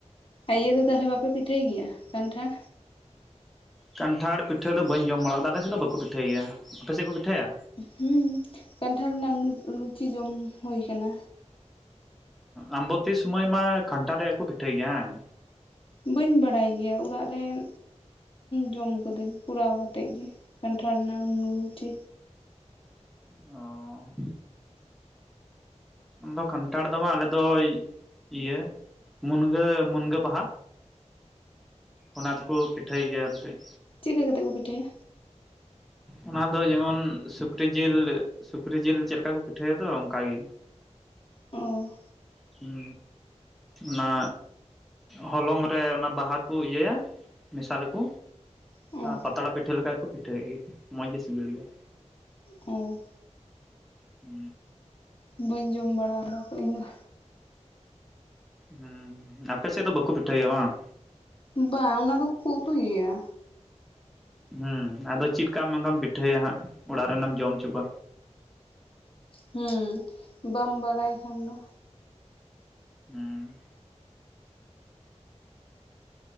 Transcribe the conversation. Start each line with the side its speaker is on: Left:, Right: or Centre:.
Left: ᱟᱨ ᱤᱭᱟᱹ ᱫᱚ ᱛᱟᱦᱚᱞᱮ ᱵᱟᱯᱮ ᱯᱤᱴᱷᱟᱹᱭ ᱜᱮᱭᱟ ᱠᱟᱱᱴᱷᱟᱲ?
Centre: ᱠᱟᱱᱴᱷᱟᱲ ᱯᱤᱴᱟᱹ ᱫᱚ ᱵᱟᱹᱧ ᱡᱚᱢ ᱵᱟᱲᱟ ᱟᱠᱟᱫᱟ ᱟᱞᱮ ᱥᱮᱫ ᱫᱚ ᱵᱟᱠᱩ ᱯᱤᱴᱷᱟᱹᱭ ᱜᱮᱭᱟ, ᱟᱯᱮᱥᱮᱫ ᱠᱚ ᱯᱤᱴᱷᱟᱹᱭᱟ?
Left: ᱦᱩᱸ ᱠᱟᱱᱴᱷᱟᱲ ᱨᱮᱱᱟᱜ ᱱᱩ ᱞᱩᱪᱤ ᱡᱚᱢ ᱦᱩᱭ ᱠᱟᱱᱟ᱾
Centre: ᱟᱢᱵᱚᱛᱤ ᱥᱚᱢᱚᱭ ᱢᱟ ᱠᱷᱟᱱᱷᱴᱟᱲ ᱨᱮᱭᱟᱜ ᱜᱮ ᱠᱚ ᱯᱤᱴᱷᱟᱹᱭ ᱜᱮᱭᱟ ᱦᱮᱸ᱾
Left: ᱵᱟᱹᱧ ᱵᱟᱲᱟᱭ ᱜᱮᱭᱟ ᱚᱲᱟᱜ ᱨᱮᱱ ᱡᱚᱢ ᱠᱟᱫᱟᱹᱧ ᱠᱚᱨᱟᱣ ᱠᱟᱛᱮ ᱾ ᱛᱮᱫ ᱜᱮ ᱠᱟᱱᱴᱷᱟᱲ ᱨᱮᱱᱟᱜ ᱱᱩ ᱱᱩᱪᱤ᱾
Centre: ᱚᱸ ᱟᱫᱚ ᱠᱟᱱᱴᱷᱟᱲ ᱫᱚ ᱵᱟᱝ ᱟᱞᱮᱫ ᱫᱚ ᱤᱭᱟᱹ ᱢᱩᱱᱜᱟᱹ ᱢᱩᱱᱜᱟᱹ ᱵᱟᱦᱟ᱾ ᱚᱱᱟ ᱛᱮᱠᱚ ᱯᱤᱴᱷᱟᱹᱭ ᱜᱮᱭᱟ ᱟᱞᱮ ᱥᱮᱫ᱾
Left: ᱪᱮᱠᱠᱟ ᱠᱟᱛᱮ ᱠᱚ ᱯᱤᱴᱷᱟᱹᱭᱟ?
Centre: ᱚᱱᱟ ᱫᱚ ᱡᱮᱢᱚᱱ ᱥᱩᱠᱨᱤ ᱡᱤᱞ ᱥᱩᱠᱨᱤ ᱡᱤᱞ ᱪᱮᱫ ᱞᱮᱠᱟ ᱠᱚ ᱯᱤᱴᱷᱟᱹᱭ ᱫᱚ ᱚᱱᱠᱟ ᱜᱮ᱾
Left: ᱚ
Centre: ᱦᱩᱸ ᱱᱟ᱾ ᱦᱚᱞᱚᱝ ᱨᱮ ᱚᱱᱟ ᱵᱟᱦᱟᱠᱚ ᱤᱭᱟᱹᱭᱟ ᱢᱮᱥᱟᱞᱟᱠᱚ᱾
Left: ᱚ
Centre: ᱟᱨ ᱯᱟᱛᱲᱟ ᱯᱤᱴᱷᱟᱹ ᱞᱮᱠᱟ ᱜᱮ ᱠᱚ ᱯᱤᱴᱷᱟᱹ ᱠᱮᱜ ᱜᱮ᱾ ᱢᱚᱸᱡᱽ ᱜᱮ ᱥᱤᱵᱤᱞ ᱜᱮᱭᱟ,
Left: ᱚ
Centre: ᱦᱩ᱾
Left: ᱵᱟᱹᱧ ᱡᱚᱢ ᱵᱟᱲᱟ ᱟᱠᱟᱫᱟ ᱛᱚ ᱤᱧᱫᱚ᱾
Centre: ᱦᱩᱸ ᱟᱯᱮ ᱥᱮᱫ ᱫᱚ ᱵᱟᱠᱩ ᱯᱤᱴᱷᱟᱹᱭ ᱜᱮᱭᱟ ᱵᱟᱝ?
Left: ᱵᱟᱝ ᱚᱱᱟ ᱫᱚᱠᱚ ᱩᱛᱩᱭ ᱜᱮᱭᱟ᱾
Centre: ᱦᱮᱸ ᱟᱫᱚ ᱪᱤᱫ ᱠᱟᱜ ᱢᱮ ᱚᱱᱠᱟᱢ ᱯᱤᱴᱷᱟᱹᱭᱟ ᱦᱟᱸᱜ ᱚᱲᱟᱜ ᱨᱮᱱᱮᱢ ᱡᱚᱢ ᱚᱪᱚ ᱠᱚᱣᱟ᱾
Left: ᱦᱩᱸ ᱵᱟᱢ ᱵᱟᱲᱟᱭ ᱠᱷᱟᱱ ᱫᱚ᱾
Centre: ᱦᱩᱸ᱾